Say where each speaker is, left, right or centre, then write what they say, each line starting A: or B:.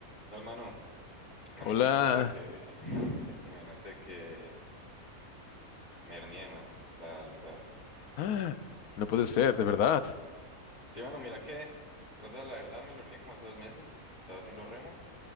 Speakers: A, on the left; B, on the left.
A: Tal mano, mano,
B: Hola.
A: imagínate que, <laughs> imagínate que me hernié, mano, la lumbar.
B: Ah, no puede ser, de verdad.
A: Sí, mano, mira que, o sea, la verdad me lo hernié como hace dos meses, estaba haciendo remo